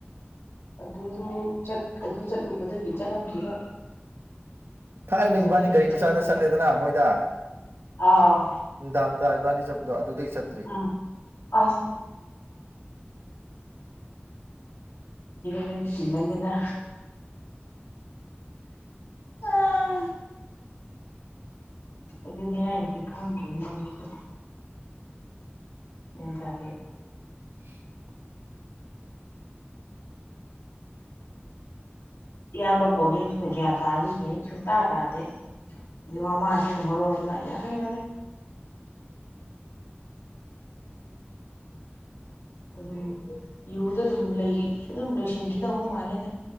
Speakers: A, on the left; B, on the right.
A: ꯑꯗꯨꯗꯣ ꯑꯗꯨ ꯆꯠꯂꯨꯕꯗꯒꯤ ꯆꯠꯂꯝꯈꯤꯔꯣꯏ꯫
B: ꯊꯥꯏꯅ
A: ꯑꯗꯨꯗꯒꯤ
B: ꯏꯕꯥꯅꯤ ꯒꯥꯔꯤ
A: ꯆꯠꯇ꯭ꯔꯤ
B: ꯃꯆꯥꯗ ꯆꯠꯂꯦꯗꯅ ꯃꯣꯏꯗ
A: ꯑꯥꯎ
B: ꯅꯨꯡꯗꯥꯡꯗ ꯏꯕꯥꯅꯤ ꯆꯠꯄꯗꯣ ꯑꯗꯨꯗꯩ ꯆꯠꯇ꯭ꯔꯤ꯫
A: ꯎꯝ ꯑꯁ ꯅꯪꯒꯤ ꯀꯧꯃꯟꯗꯅ ꯑꯥ ꯑꯗꯨꯅꯦ ꯍꯥꯏ ꯈꯪꯗ꯭꯭ꯔꯦ ꯃꯣꯏꯁꯤꯁꯨ ꯒ꯭ꯌꯥꯟ ꯇꯥꯔꯗꯦ꯫
B: <unintelligible>
A: ꯏꯌꯥꯝꯕ ꯕꯣꯅꯦꯁꯤꯅ ꯒ꯭ꯌꯥꯟ ꯇꯥꯔꯗꯤ ꯐꯩ ꯁꯨꯡꯇꯥ ꯇꯥꯗꯦ ꯑꯗꯩ ꯃꯃꯥꯁꯤꯅ ꯃꯔꯣꯜ ꯑꯃ ꯌꯥꯔꯦ ꯌꯥꯔꯦ ꯑꯗꯨꯝ ꯌꯨꯗ ꯑꯗꯨꯝ ꯂꯩ ꯑꯗꯨꯝ ꯂꯣꯏꯁꯤꯟꯈꯤꯗꯧꯕ ꯃꯥꯜꯂꯦꯗ